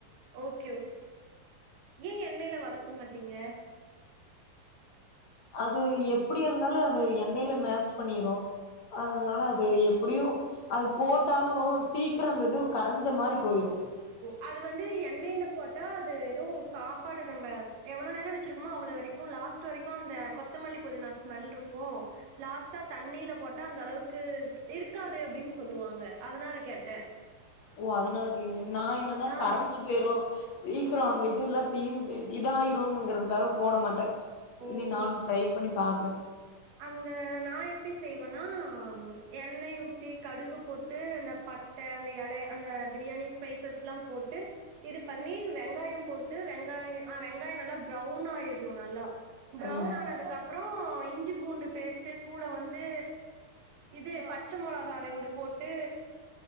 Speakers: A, on the right; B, on the left.
A: ஓகே ஓகே ஏ எண்ணெய்ல வதக்க மாட்டீங்க
B: அது எப்படி இருந்தாலு அது எண்ணெய்ல மேட்ச் பண்ணிரு அதனால அது எப் அப்படியு அது போட்டாலு சீக்ரொ அந்த இது கரஞ்ச மாரி போயிரு
A: ஓ அது வந்து எண்ணெய்ல போட்டா அது ஏதோ சாப்பாடு நம்ம எவ்ளோ நேரோ வச்சிருக்கோமோ அவ்வளோ வரைக்கு லாஸ்ட் வரைக்கு அந்த கொத்தமல்லி பொதினா ஸ்மெல்ருக்கு லாஸ்டா தண்ணில போட்டா அந்த அளவுக்கு இருக்காது அப்டின்னு சொல்லுவாங்க அதனால கேட்டே
B: ஓ அதுனாலத் நா என்னன்னா
A: ஆ.
B: கரஞ்சு போய்ரு சீக்ரொ அந்த இதுலா தீஞ்சு இதயிருனுங்கறதுக்காக போட மாட்டே
A: ஓ!
B: இனி நானு ட்ரை பண்ணிப் பாக்றே
A: அந்த நா எப்டி செய்வன்னா எண்ணெய் ஊத்தி கடுகு போட்டு இந்த பட்ட அந்த எலை அந்த பிரியாணி ஸ்பைசஸ்ல்லா போட்டு இது பண்ணி வெங்காயொ போட்டு வெங்காயொ ஆ வெங்காயொ நல்லா ப்ரௌன் ஆயிர்ணு நல்லா ப்ரௌவுன்
B: ம்
A: ஆனதுக்கு அப்றொ இன் பூண்டு பேஸ்ட்டு கூட வந்து இது பச்ச மொளகா ரெண்டு போட்டு